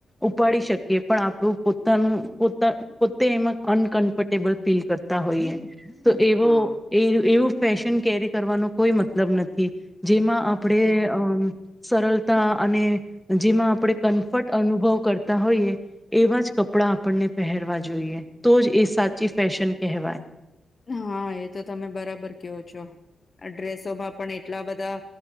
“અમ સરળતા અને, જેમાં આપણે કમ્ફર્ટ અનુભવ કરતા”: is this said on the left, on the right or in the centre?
Centre